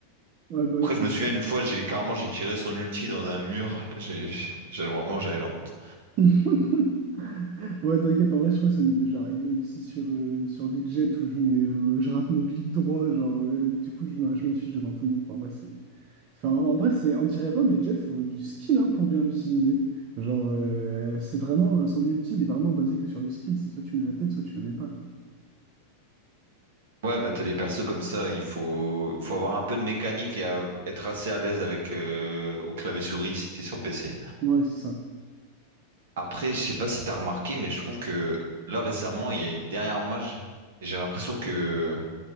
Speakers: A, on the right; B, on the right.
A: Ouais, bah, ouais,
B: Après
A: c'est
B: je me
A: clair.
B: souviens une fois j'ai carrément j'ai tiré son ulti dans un mur, <laughs> j'ai j'ai- vraiment j'avais la honte.
A: <laughs> Ouais, t'inquiète, en vrai, je crois que ça m'est déjà arrivé aussi sur, euh, sur des jets où je mets, euh, je rate mon clic droit, genre, euh, du coup, je, me- je m'affiche devant tout le monde. Enfin, en vrai, c'est, enfin, en vrai, c'est, on dirait pas, mais jet, faut du skill hein, pour bien l'utiliser. Genre, euh, c'est vraiment, euh, son ulti, il est vraiment basé que sur le skill, c'est soit tu mets la tête, soit tu la mets pas, quoi.
B: Ouais bah t'as des persos comme ça, il faut faut avoir un peu de mécanique et à- être assez à l'aise avec euh, au clavier souris si t'es sur PC.
A: Ouais, c'est ça.
B: Après je sais pas si t'as remarqué mais je trouve que là récemment il y a eu une dernière mage et j'ai l'impression que